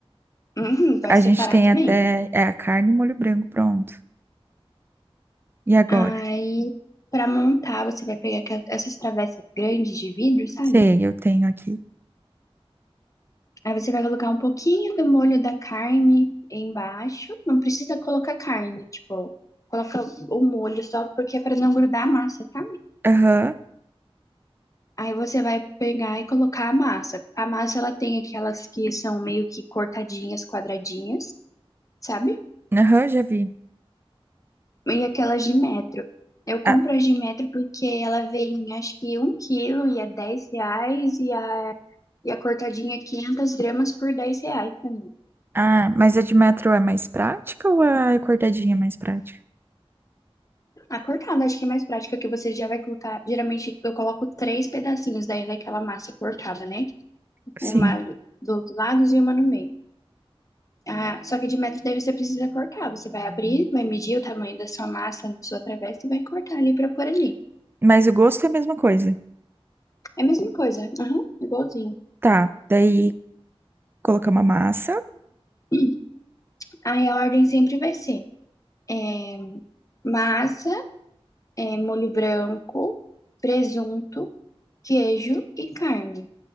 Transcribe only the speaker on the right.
A
gente tem
até, é a carne e o molho branco pronto. E agora?
Sei, eu tenho aqui.
Aham,
aham, já vi.
Ah,
ah, mas a de metro é mais prática ou a cortadinha é mais prática?
Sim,
mas o gosto é a mesma coisa.
Tá, daí colocamos a massa,